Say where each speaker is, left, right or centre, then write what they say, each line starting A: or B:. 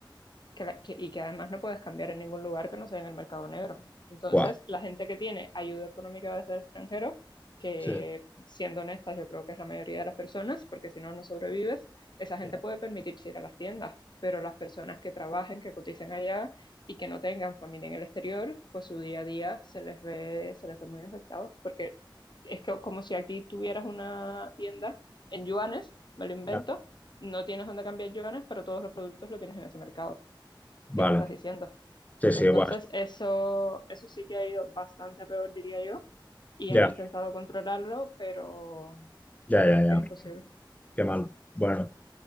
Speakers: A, on the left; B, on the left.
A: que la- que- y que además no puedes cambiar en ningún lugar que no sea en el mercado negro. Entonces,
B: Buah,
A: la gente que tiene ayuda económica desde el extranjero, que
B: sí,
A: siendo honestas, yo creo que es la mayoría de las personas, porque si no, no sobrevives, esa gente
B: ya,
A: puede permitirse ir a las tiendas, pero las personas que trabajen, que coticen allá y que no tengan familia en el exterior, pues su día a día se les ve, se les ve muy afectado, porque es que como si aquí tuvieras una tienda en yuanes, me lo invento,
B: ya.
A: no tienes dónde cambiar yuanes, pero todos los productos lo tienes en ese mercado. ¿Qué
B: Vale,
A: me estás diciendo?
B: sí, sí,
A: Entonces,
B: buah,
A: eso, eso sí que ha ido bastante a peor, diría yo, y
B: ya,
A: han intentado controlarlo, pero,
B: ya, ya,
A: pero es
B: ya.
A: que es imposible.
B: Qué mal. Bueno.